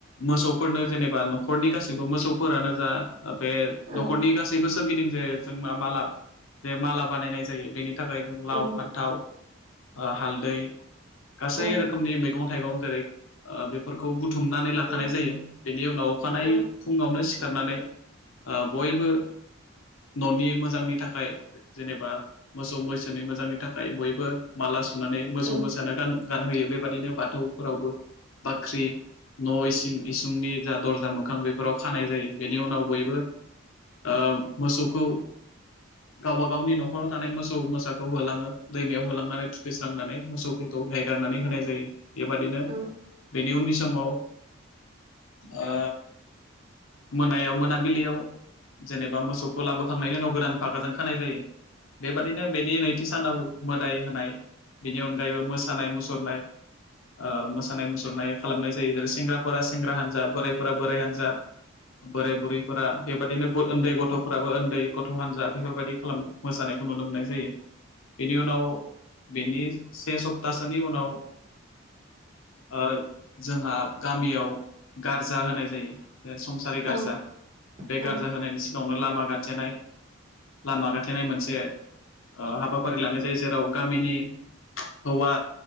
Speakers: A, on the left; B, on the right.
A: मोसौफोरनो जेनेबा न' न'खरनि गैबो मोसौफोरानो जा बे
B: औ
A: न'खरनि गासैबो सोरगिदिं जे मा मा माला जे माला बानायनाय जायो बेनि थाखाय जों लाव
B: औ
A: फान्थाव ओ हालदै गासै
B: औ
A: रोखोमनि मैगं थाइगं जेरै बेफोरखौ बुथुम थुमनानै लाखानाय
B: औ
A: जायो बेनि उनाव अखानाय
B: औ
A: फुङावनो सिखारनानै ओ बयबो न'नि मोजांनि थाखाय जेनेबा मोसौ मैसोनि मोजांनि थाखाय बयबो माला साननानै मोसौ
B: औ
A: मोसानो गान गानहोयो बेबायदिनो बाथौफोरावबो बाख्रि न' इसिं इसिंनि जा दरजा मोखां बेफोराव खानाय जायो बेनि उनाव बयबो ओ मोसौखौ गावबा गावनि न'खराव थानाय मोसौ मोसाखौ होलाङो दैमायाव होलांनानै थुखैस्रांनानै मोसौफोरखौ खौ एरनानै होनाय जायो बेबादिनो
B: औ
A: बेनि उननि समाव ओ मोनायाव मोनाबिलियाव जेनेबा मोसौखौ लाबोखांनायनि उनाव गोदान फागाजों खानाय जायो बेबादिनो बेनि नैथि सानाव मोदाय होनाय बेनि अनगायैबो मोसानाय मुसुरनाय ओ मोसानाय मुसुरनाय खालामनाय जायो जेरै सेंग्राफोरा सेंग्रा हानजा बोरायफोरा बोराय हानजा बोराय बुरैफोरा बेबादिनो उन्दै गथ'फोराबो उन्दै गथ' हान्जा बेफोरबायदि खालाम मोसानाय खौ नु लनो मोननाय जायो बेनि उनाव बेनि से सप्तासोनि उनाव ओ जोंहा गामियाव गारजा होनाय जायो संसारि गारजा
B: औ
A: बे
B: औ
A: गारजा होनायनि सिं आवनो लामा गाथेनाय लामा गाथेनाय मोनसे ओ हाबाफारि लानाय जायो जेराव गामिनि हौवा